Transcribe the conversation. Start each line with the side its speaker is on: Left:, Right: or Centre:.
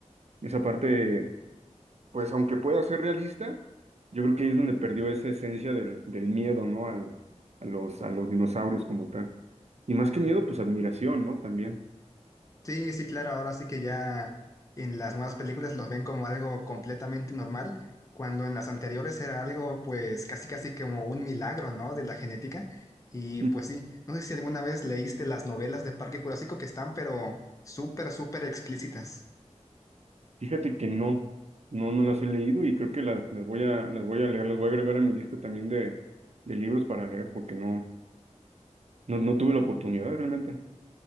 Right: esa parte pues aunque pueda ser realista, yo creo que ahí es donde perdió esa esencia del, del miedo, ¿no? Al- a los, a los dinosaurios como tal. Y más que miedo, pues admiración, ¿no? También.
Left: Sí, sí, claro, ahora sí que ya en las nuevas películas los ven como algo completamente normal, cuando en las anteriores era algo pues casi casi como un milagro, ¿no? De la genética. Y
Right: Mm.
Left: pues sí, no sé si alguna vez leíste las novelas de Parque Jurásico que están pero súper, súper explícitas.
Right: Fíjate que no, no, no las he leído y creo que las, las voy a, las voy a leer, las voy a agregar a mi lista también de, de libros para leer, porque no, no, no tuve la oportunidad realmente.